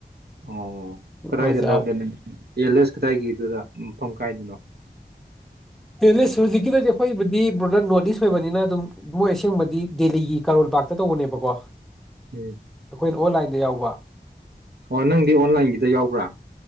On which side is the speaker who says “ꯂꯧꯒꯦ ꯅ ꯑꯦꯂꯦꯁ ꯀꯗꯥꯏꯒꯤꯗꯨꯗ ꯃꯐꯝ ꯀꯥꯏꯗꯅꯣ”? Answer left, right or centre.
Right